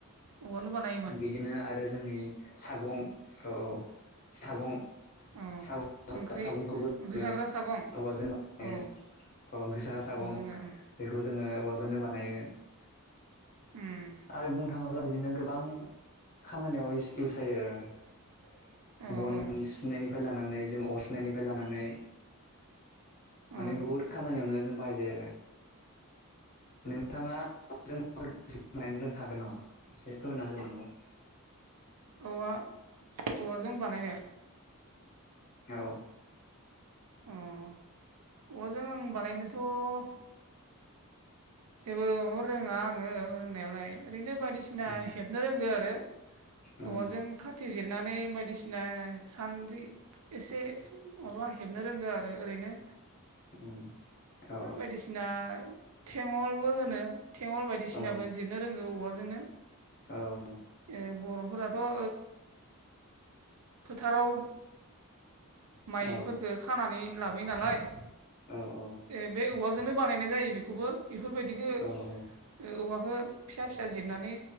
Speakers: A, on the right; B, on the left.
A: औवानो बानायोमोन
B: बिदिनो आरो जोंनि सागं औ औ सागं
A: अ
B: सागं
A: ओंख्रि
B: सागंखौबो
A: ओंख्रि
B: दों
A: साग्रा सागं
B: औवा जेनेबा अ
A: औ
B: ओंख्रि साग्रा सागं
A: अ जोंना
B: बेखौ जोङो औवाजोंनो बानायो। <unintelligible>
A: उम
B: आरो बुंनो थाङोब्ला बिदिनो गोबां खामानियाव इस इउस जायो आरो।
A: <unintelligible> औ
B: बन सुनायनिफ्राय लानानै जों अरसुनायनिफ्राय लानानै
A: लानानै
B: माने बुहुत खामानियावनो जों बाहाय जायो आरो। नोंथाङा जों बनो रों हागोन नामा एसे फोरमायना होदोंमोन नामा?
A: औ औवाजों बानायनो
B: औ
A: अ औवाजों आं बानायनोथ' जेबो रोङा आङो रोंनायालाय ओरैनो बायदिसि ना
B: उम
A: हेबनो रोंगौ आरो
B: उम
A: औवाजों खाथि जिरनानै बायदिसिना सान्द्रि एसे माबा हेबनो रोंङो आरो ओरैनो।
B: उम औ
A: बायदिसिना थेङलबो होनो थेङल बायदिसिनाबो
B: औ
A: जिरनो रोंगौ औवाजोंनो
B: औ
A: ओ बर'फोराथ' ओ फोथाराव माइफोरखो
B: औ
A: खानानै लाबोयो नालाय
B: औ औ
A: ए बे औवाजोंनो बानायनाय जायो बेखौबो बेफोरबायदिखौ
B: औ
A: ओ औवाखो फिसा फिसा जिरनानै